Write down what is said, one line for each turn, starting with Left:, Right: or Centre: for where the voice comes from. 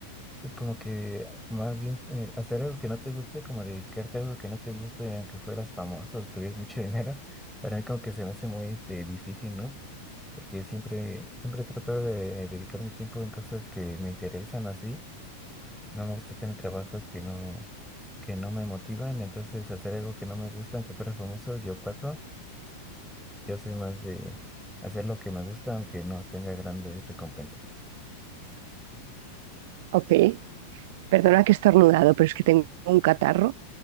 Centre: eh, como que más bien eh, hacer algo que no te guste, como dedicarte a algo que no te guste, aunque fueras famoso, tuvieras mucho <laughs> dinero, para mí como que se me hace muy este, difícil, ¿no? Porque siempre, siempre trato de dedicar mi tiempo en cosas que me interesan así. No me gusta tener trabajos que no, que no me motivan, entonces hacer algo que no me gusta, aunque fuera famoso, yo paso. Yo soy más de hacer lo que me gusta, aunque no tenga grandes recompensas. <laughs>
Right: ok. Perdona que he estornudado, pero es que tengo un catarro.